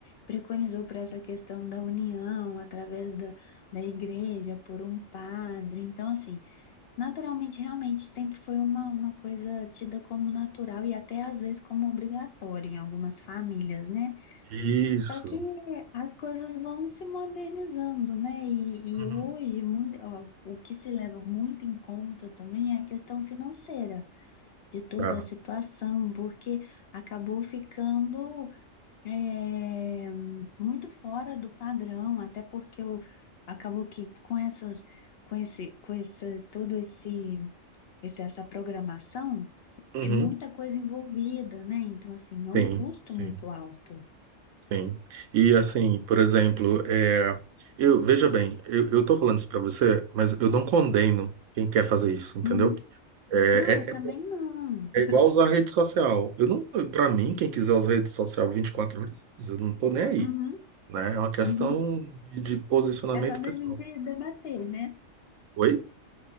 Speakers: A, on the left (about 60°); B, on the right (about 80°).
A: preconizou para essa questão da união através da, da igreja por um padre. Então, assim, Naturalmente, realmente, sempre foi uma, uma coisa tida como natural e até às vezes como obrigatória em algumas famílias, né?
B: Isso.
A: Só que as coisas vão se modernizando, né? E,
B: Uhum.
A: e hoje, mui- ó, o que se leva muito em conta também é a questão financeira de toda
B: Tá.
A: a situação, porque acabou ficando, é, muito fora do padrão, até porque o- acabou que com essas, com esse, com esse, todo esse esse- essa programação,
B: Uhum.
A: é muita coisa envolvida, né? Então, assim, é um
B: Sim,
A: custo
B: sim,
A: muito alto.
B: sim. E, assim, por exemplo, é... eu, veja bem, eu, eu tô falando isso pra você, mas eu não condeno quem quer fazer isso, entendeu?
A: Uhum.
B: É,
A: Não, eu também
B: é-
A: não.
B: é igual usar rede social. Eu não, para mim, quem quiser usar rede social 24 horas, eu não tô nem aí,
A: Uhum,
B: né? É uma questão
A: uhum.
B: de, de posicionamento
A: É só
B: pessoal.
A: da gente debater, né?
B: Oi?